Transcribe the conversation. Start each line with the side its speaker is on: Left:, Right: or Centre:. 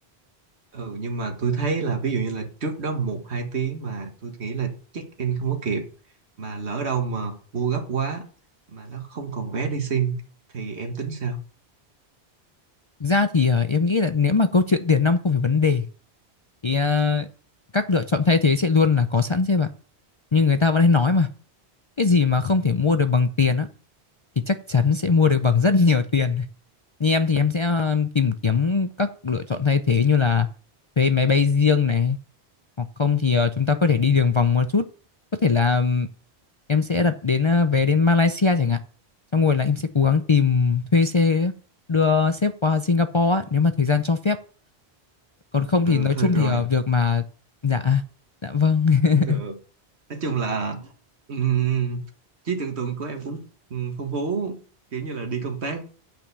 Right: ừ nhưng mà tôi thấy là ví dụ như là trước đó một hai tiếng mà tôi nghĩ là check in không có kịp mà lỡ đâu mà mua gấp quá mà nó không còn vé đi xin thì em tính sao
Left: ra thì ờ, em nghĩ là nếu mà câu chuyện tiền nong không phải vấn đề thì ờ, các lựa chọn thay thế sẽ luôn là có sẵn chứ bạn. nhưng người ta vẫn hay nói mà cái gì mà không thể mua được bằng tiền á thì chắc chắn sẽ mua được bằng rất nhiều tiền như em thì em sẽ ờ, tìm kiếm các lựa chọn thay thế như là thuê máy bay riêng này hoặc không thì ờ, chúng ta có thể đi đường vòng một chút. Có thể là ừm, em sẽ đặt đến ờ, vé đến Malaysia chẳng hạn. Xong rồi là em sẽ cố gắng tìm thuê xe đưa sếp qua Singapore á, nếu mà thời gian cho phép. Còn không
Right: ừ
Left: thì nói
Right: thôi
Left: chung
Right: được
Left: thì
Right: rồi
Left: ờ, việc mà dạ dạ vâng. <laughs>
Right: cũng được nói chung là ừm, trí tưởng tượng của em cũng ừm, phong phú kiểu như là đi công tác